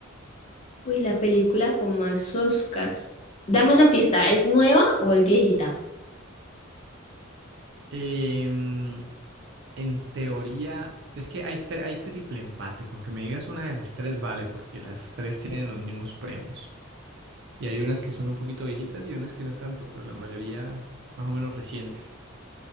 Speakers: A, on the left (about 30°); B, on the right (about 60°).
A: Uy, la película con más Oscars. Dame una pista, ¿es nueva o es viejita?
B: Em, En teoría, es que hay, tri- hay triple empate. Con que me digas una de las tres, vale, porque las tres tienen los mismos premios. Y hay unas que son un poquito viejitas y unas que no tanto, pero la mayoría más o menos recientes.